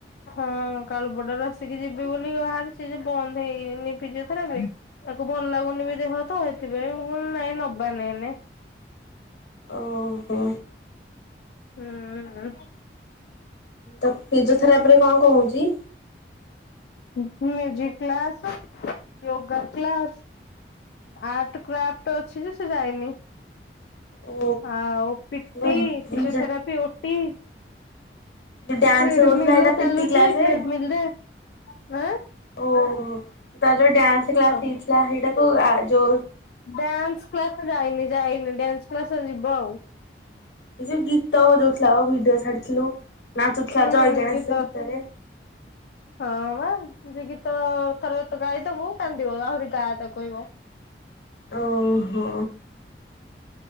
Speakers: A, on the left; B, on the left.
A: ହଁ କାଳୁପଡାରୁ ଆସିକି ଯିବି ବୋଲି ବାହାରୁଚି ଯେ ବନ୍ଦ ହେଇନିି ଫିଜିଓଥେରାପି। ତାକୁ ଭଲ ଲାଗୁନି ବି ଦେହ ତ ହେଥିପାଇଁ ମୁଁ <unintelligible> ନାଇଁ ନବ ନାଇଁ ଏନେ।
B: ଓହୋ।
A: ହୁଁ ହୁଁ।
B: ତ ଫିଜିଓଥେରାପିରେ କଣ କଣ ହୋଉଚି?
A: Music class, yoga class art craft ଅଛି ଯେ ସେ ଯାଇନି।
B: ଓ
A: ଆଉ ପିଟି,
B: ଯୋଉ
A: ଫିଜିଓଥେରାପି ଓଟି
B: ଏ ଡାନ୍ସ
A: ଟ୍ରେଡମିଲ
B: କରୁଥିଲା ଏଇଟା
A: ରେ ଚାଲୁଛି
B: ପିଟି କ୍ଲାସେ।
A: ଟ୍ରେଡମିଲ ରେ ଆଁ
B: ଓହୋ ତାଯୋଉ ଡ୍ୟାନ୍ସ କ୍ଲାସ୍
A: ସବୁ
B: ହେଇଥିଲା ସେଇଟାକୁ ଆ ଯୋ
A: ଡ୍ୟାନ୍ସ କ୍ଲାସ୍ ଯାଇନି ଯାଇନି ଡ୍ୟାନ୍ସ କ୍ଲାସ୍ ଯିବ ଆଉ।
B: ସେଯେଉ ଗୀତ ବଜାଉଥିଲା ଆ ଭିଡିଓ ଛାଡିଥିଲୁ ନାଚୁଥିଲା
A: ହୁଁ
B: ଜୟ ଘଣେଶ
A: ଗୀତ
B: ଗୀତରେ।
A: ହଁ ବା। ଯେ ଗୀତ ଥରେତ ଗାଇଦବୁ କାନ୍ଦିବ ଆହୁରି ଗା ତାକୁ କଇଁବ।
B: ଓହୋ।